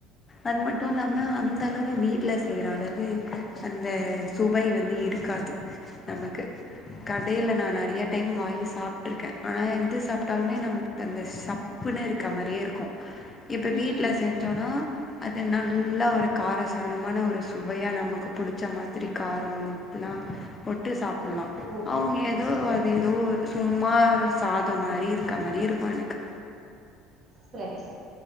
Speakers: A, on the left; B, on the right.
A: அது மட்டு இல்லாம அந்தளவு வீ ட்ல செய்ற அளவு அந்த சுவை வந்து இருக்காது நமக்கு கடைல நா நெறைய டைம் வாங்கி சாப்ட்ருக்கே ஆனா எது சாப்ட்டாலுமே நமக் கு அந்த சப்புன்னு இருக்க மாரியே இருக்கு இப்ப
B: ம்
A: வீட்ல செஞ்சோன்னா அது நல்ல ஒரு கார தனமான ஒரு சுவையா நமக்கு புடிச்ச மாத்ரி காரோ உப்பெல்லா போட்டு சாப் பட்லா
B: ஓஹோ
A: அவ்ங்க எதோ
B: சரி
A: அது எதோ சும்மா சாதோ மாரி இருக்க மாரி இருக்கு எனக்கு
B: செரி செரி